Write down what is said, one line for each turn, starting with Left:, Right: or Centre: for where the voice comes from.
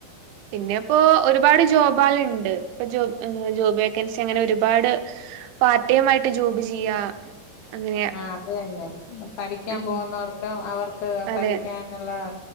Right: പിന്നെഇപ്പോ ഒരുപാട് ജോബാള്ണ്ട്. പ്പൊ ജോബ് ജോബ് വേക്കൻസി അങ്ങനൊരുപാട്. പാർട്ടൈംമായിട്ട് ജോബ് ചെയ്യാ അങ്ങനെ
Left: ആഹ് അത് തന്നെ. പഠിക്കാൻ
Right: ഉം
Left: പോവുന്നവർക്ക് അവർക്ക്
Right: അതെ
Left: പഠിക്കാന്ള്ള